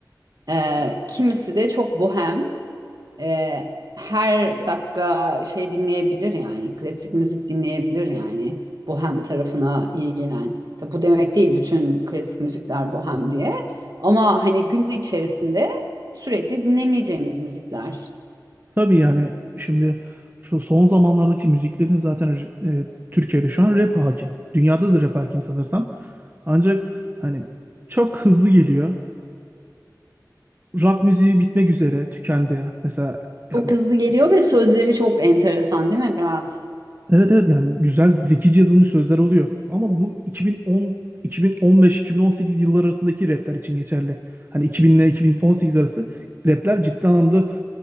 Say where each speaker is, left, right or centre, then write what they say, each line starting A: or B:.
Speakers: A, on the right; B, on the right.
A: Ee, kimisi de çok bohem e, her dakika şey dinleyebilir yani klasik müzik dinleyebilir yani bohem tarafına iyi gelen. Tabi bu demek değil bütün klasik müzikler bohem diye. Ama hani gün içerisinde sürekli dinlemeyeceğimiz müzikler.
B: Tabii yani şimdi şu son zamanlardaki müziklerin zaten e, Türkiye'de şu an rap hakim. Dünyada da rap hakim sanırsam. Ancak hani çok hızlı geliyor. Rock müziği bitmek üzere, tükendi. Mesela yani
A: Çok hızlı geliyor ve sözleri çok enteresan değil mi biraz?
B: evet evet yani güzel zekice yazılmış sözler oluyor. Ama bu 2010 2015 2018 yılları arasındaki rapler için geçerli. Hani 2000 ile 2018 arası rapler ciddi anlamda